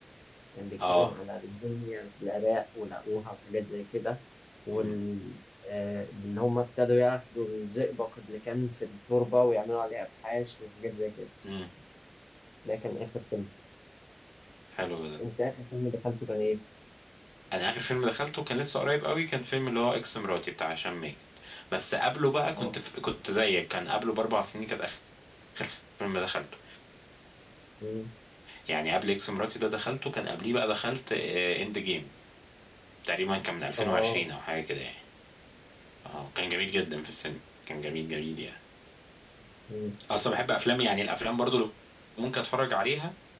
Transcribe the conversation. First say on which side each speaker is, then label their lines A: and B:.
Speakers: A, on the left (about 80°); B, on the left (about 40°).
A: كان بيتكلم
B: اه
A: على الموميا في العراق ولقوها وحاجات زي كده وال
B: امم
A: آه، إن هم ابتدوا ياخدوا الزئبق اللي كان في التربة ويعملوا عليه أبحاث وحاجات زي كده
B: امم
A: ده كان آخر فيلم
B: حلو ده
A: أنت آخر فيلم دخلته كان إيه؟
B: انا اخر فيلم دخلته كان لسه قريب قوي كان فيلم اللي هو اكس مراتي بتاع هشام ماجد بس قبله بقى
A: آه
B: كنت في... كنت زيك كان قبله باربع سنين كانت اخر فيلم دخلته
A: مم.
B: يعني قبل اكس مراتي ده دخلته كان قبليه بقى دخلت آه، اند جيم تقريبا كان من 2020
A: آه
B: او حاجه كده يعني اه كان جميل جدا في السينما كان جميل جميل يعني
A: مم.
B: اصلا بحب افلام يعني الافلام برضو اللي ممكن اتفرج عليها